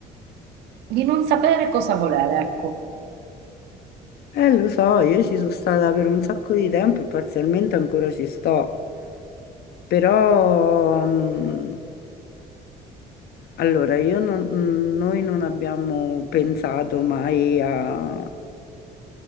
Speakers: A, on the right (about 90°); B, on the left (about 70°).
A: di non sapere cosa volere, ecco.
B: Eh, lo so, io ci sono stata per un sacco di tempo e parzialmente ancora ci sto, però, mm, allora, io non- mm, noi non abbiamo pensato mai a